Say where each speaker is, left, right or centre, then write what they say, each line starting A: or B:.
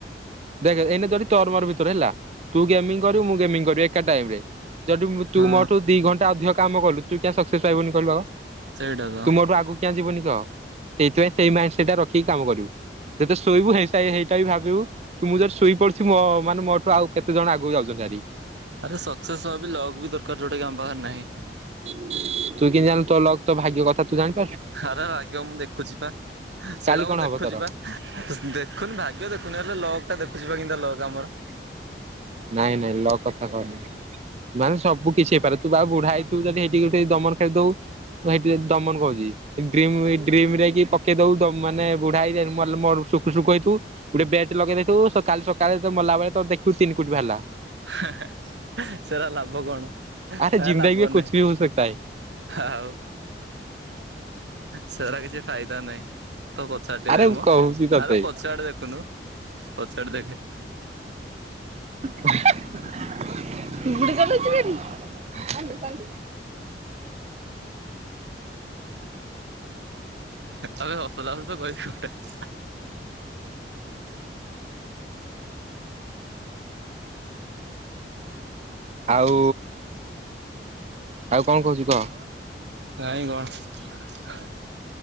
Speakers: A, on the right; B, on the right.
A: ଦେଖ୍ ଏଇନେ ଯଦି ତୋର ମୋର ଭିତରେ ହେଲା, ତୁ ଗେମିଙ୍ଗ କରିବୁ ମୁଁ ଗେମୀଙ୍ଗ କରିବି ଏକା ଟାଇମ୍ ରେ। ଯଦି ତୁ
B: ହଁ
A: ମୋଠୁ ଦି ଘଣ୍ଟା ଅଧିକ କାମ କଲୁ, ତୁ କାହିଁକି ସକ୍ସେସ୍ ପାଇବୁନି କହିଲୁ ଆଉ
B: ସେଇଟା ତ
A: ତୁ ମୋଠୁ ଆଗକୁ କିଆଁ ଯିବୁନି କହ ସେଇଥିପାଇ ସେଇ ମାଇଣ୍ଡ ସେଟ୍ ରଖିକିରି କାମ କରିବୁ, ଜେତବେଳେ ଶୋଇବୁ ହେଚ୍ ହେ ହେଇଟା ବି ଭାବିବୁ କି ମୁଁ ଯଦି ଶୋଇ ପଡୁଛି ମୋ ମାନେ ମୋଠୁ ଆଉ କେତେ ଜଣ ଆଗକୁ ଯାଉଛନ୍ତି ଭାରି।
B: ଆରେ ସକ୍ସେସ୍ ହବାବି ଲକ ବି ଦରକାର ଯୋଉଟା କି ଆମ ପାଖରେ ନାହିଁ।
A: ତୁ କେମିତି ଜାଣିଲୁ ତୋ ଲଗ୍ ତୋ ଭାଗ୍ୟ କଥା ତୁ ଜାଣି
B: ଆରେ ଭାଗ୍ୟ ମୁଁ ଦେଖୁଚିପା। ସେଇଟା
A: କାଲି କଣ
B: ମୁଁ ଦେଖୁଚିପା।
A: ହବ ତୋର?
B: ଦେଖୁନି ଭାଗ୍ୟ ଦେଖୁନି ହେଲେ ଲଗ୍ ଟା ଦେଖୁଚିପା କେମିତିଆ ଲଗ୍ ଆମର।
A: ନାଇଁ ନାଇଁ ଲଗ୍ କଥା କହନି। ମାନେ ସବୁ କିଛି ହେଇପାରେ ତୁପା ଆଉ ବୁଢା ହେଇ ତୁ ଯଦି ହେଇଠି ଗୋଟେ ଦମନ କେ ଦୋଉ। ମୁଁ ସେଇଠି ଯଦି ଦମନ କଉଚି ଡ୍ରିମବ୍ ଡ୍ରିମ୍ ରେ କି ପକେଇ ଦବୁ ମାନେ ବୁଢା ହେଇ ଯାଇ ମଲେ ମରୁ ସୁକୁ ସୁକୁ ହେଇଥିବୁ। ଗୋଟେ ବେଟ ଲଗେଇ ଦେଇଥିବୁ ତ କାଲି ସକାଳେ ମଲାବେଳେ ତ ଦେଖିବୁ ତିନି କୋଟି ଵାହାରିଲା।
B: ହଁଆ ହଁଆ ସେଟା ଲାଭ କଣ?
A: ଆରେ
B: ହଁ
A: ଜିନ୍ଦଗି
B: ଆ ଲାଭନାହିଁ
A: ମେ କୁଛ ବି ହୋ ସକତା ହେ
B: ଆଉ ସେଟା କିଛି ଫାଇଦା ନାହିଁ ତୋ ପଚାଟ୍
A: ଆରେ
B: ଦେଖ୍
A: ମୁଁ
B: ମ
A: କହୁଛି ତତେ
B: ଆରେ ପଛଆଡେ ଦେ ଖୁନୁ ପଛଆଡେ ଦେଖେ।
A: ହ <unintelligible>
B: ଆବେ ହସଲାଗୁଛି ତ କଇବି କୋଉଟା। <unintelligible> <inaudible>
A: ଆଉ ଆଉ କଣ କହୁଚୁ କହ?
B: କାଇଁ କଣ?